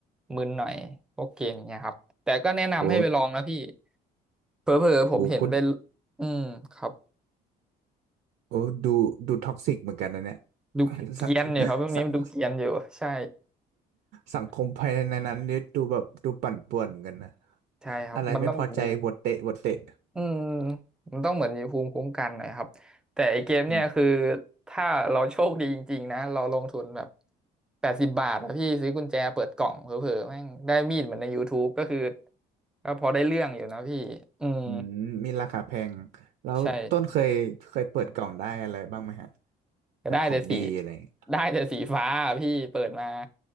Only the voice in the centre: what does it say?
มึนหน่อยพวกเกมอย่างเงี้ยครับแต่ก็แนะนำให้ไปลองนะพี่
เผลอๆผมเห็นเป็น
อืมครับ
ดูเกรียนอยู่ครับพวกนี้มันดูเกรียนอยู่ใช่
ใช่ครับมันต้องแบบนี้
อืมมันต้องเหมือนมีภูมิคุ้มกันหนอยครับแต่ไอเกมเนี่ยคือ
ถ้าเราโชคดีจริงๆนะเราลงทุนแบบแปดสิบบาทอะพี่ซื้อกุญแจเปิดกล่องเผลอๆแม่งได้มีดเหมือนใน YouTube ก็คือก็พอได้เรื่องอยู่นะพี่อืม
ใช่ก็ได้แต่สี
ได้แต่สีฟ้าอะพี่เปิดมา